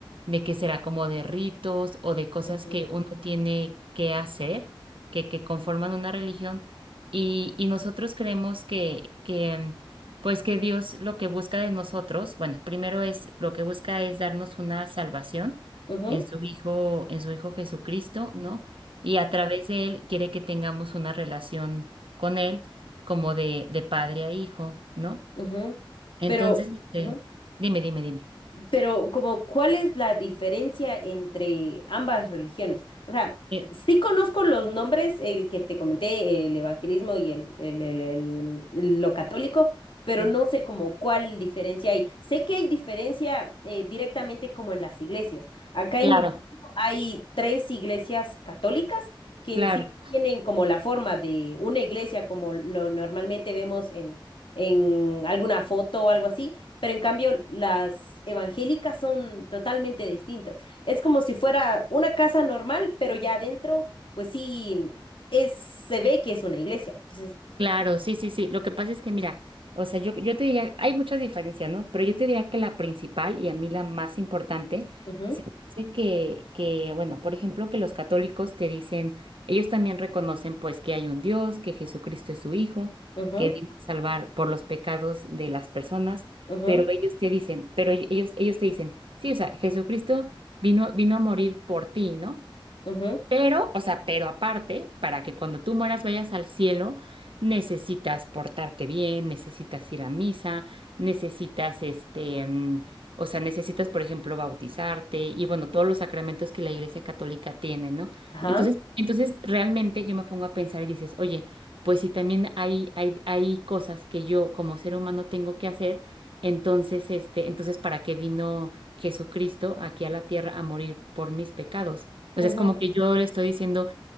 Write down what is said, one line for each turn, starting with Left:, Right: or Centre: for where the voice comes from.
Right: de que será como de ritos o de cosas
Left: ujú,
Right: que uno tiene que hacer, que que conforman una religión. Y, y nosotros creemos que, que, pues que Dios lo que busca de nosotros, bueno, primero es lo que busca es darnos una salvación
Left: ujú,
Right: en su Hijo, en su Hijo Jesucristo, ¿no? Y a través de Él quiere que tengamos una relación con Él como de, de padre a hijo, ¿no?
Left: ujú, ujú.
Right: Entonces,
Left: Pero,
Right: este,
Left: ujú.
Right: dime, dime, dime.
Left: Pero como, ¿cuál es la diferencia entre ambas religiones? O sea,
Right: Eh,
Left: sí conozco los nombres, el que te comenté, el evangelismo y el, el- el- el, mm, lo católico, pero
Right: Sí,
Left: no sé como cuál diferencia hay. Sé que hay diferencia eh, directamente como en las iglesias. Acá en
Right: Claro,
Left: mi pueblo hay tres iglesias católicas que
Right: claro.
Left: en sí tienen como la forma de una iglesia como lo normalmente vemos en, en alguna foto o algo así pero en cambio, las evangélicas son totalmente distintas. Es como si fuera una casa normal, pero ya adentro, pues sí, es, se ve que es una iglesia. Entonces,
Right: Claro, sí, sí, sí. Lo que pasa es que, mira, o sea, yo, yo te diría, hay muchas diferencias, ¿no? Pero yo te diría que la principal y a mí la más importante,
Left: ujú,
Right: se me hace que, que, bueno, por ejemplo, que los católicos te dicen, ellos también reconocen, pues, que hay un Dios, que Jesucristo es su Hijo,
Left: ujú,
Right: que vino a salvar por los pecados de las personas,
Left: ujú,
Right: pero ellos te dicen, pero ellos, ellos te dicen, sí, o sea, Jesucristo vino, vino a morir por ti, ¿no?
Left: ujú,
Right: Pero, o sea, pero aparte, para que cuando tú mueras vayas al cielo, necesitas portarte bien, necesitas ir a misa, necesitas este, mm, o sea, necesitas, por ejemplo, bautizarte y bueno, todos los sacramentos que la Iglesia Católica tiene, ¿no?
Left: ajá,
Right: Entonces, entonces realmente yo me pongo a pensar y dices, oye, pues si también hay, hay, hay cosas que yo como ser humano tengo que hacer, entonces, este, entonces, ¿para qué vino Jesucristo aquí a la tierra a morir por mis pecados? O
Left: ujú,
Right: sea, es como que yo le estoy diciendo,